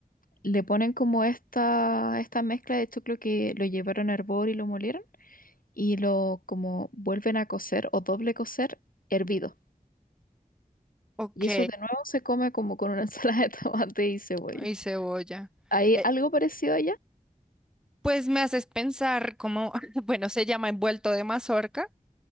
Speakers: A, on the left; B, in the centre.
A: le ponen como esta, esta mezcla de choclo que lo llevaron a hervor y lo molieron y lo como vuelven a cocer o doble cocer hervido.
B: Ok,
A: Y eso de nuevo se come como con una <laughs> ensalada de tomate y cebolla.
B: y cebolla.
A: Hay
B: Eh,
A: algo parecido allá,
B: pues me haces pensar como, <laughs> bueno, se llama envuelto de mazorca.